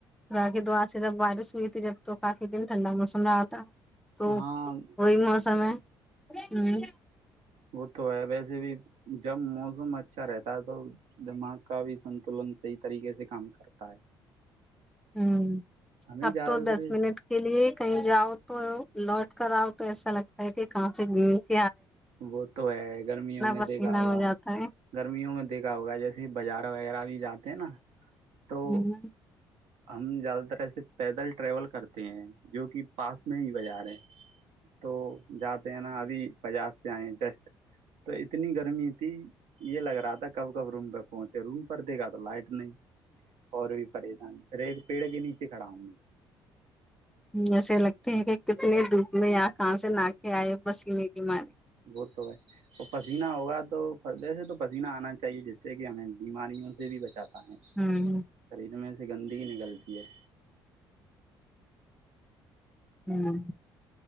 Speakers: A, in the centre; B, on the right (about 75°).
A: خدا کی دعا سے جب بارش ہوئی تھی جب تو کافی دن ٹھنڈا موسم رہا تھا تو
B: ہاں
A: وہی موسم ہے ہمم
B: وہ تو ہے ویسے بھی جب موسم اچھا رہتا ہے تو دماغ کا بھی سنتولن صحیح طریقے سے کام کرتا ہے
A: ہمم
B: ہمیں
A: اب
B: زیادہ
A: تو دس
B: تر
A: منٹ کے لیے کہیں جاؤ تو لوٹ کراؤ تو ایسا لگتا ہے کہ کہاں سے گئے <inaudible>
B: وہ تو ہے گرمیوں میں
A: پسینہ
B: دیکھا ہوگا
A: ہو جاتا ہے
B: گرمیوں میں دیکھا ہوگا جیسے ہی بازار وغیرہ بھی جاتے ہے نا تو
A: ہمم
B: ہم زیادہ تر ایسے پیدل ٹریول کرتے ہیں جو کہ پاس میں ہی بازار ہے تو جاتے ہیں نا ابھی بازار سے آئے جسٹ تو اتنی گرمی تھی یہ لگ رہا تھا کب کب روم پہ پہنچے روم پر دیکھا تو لائٹ نہیں اور بھی پریشانی ایک پیڑ کے نیچے کھڑا ہوں میں
A: جیسے لگتے ہیں کہ کتنے دھوپ میں یا کہاں سے نہاکے آئے پسینے کے مارے
B: وہ تو ہے اور پسینہ ہوگا تو ویسے تو پسینہ آنا چاہیے جس سے کہ ہمیں بیماریوں سے بھی بچ جاتا ہے
A: ہ
B: شریر میں اس سے گندگی نکلتی ہے
A: ہوں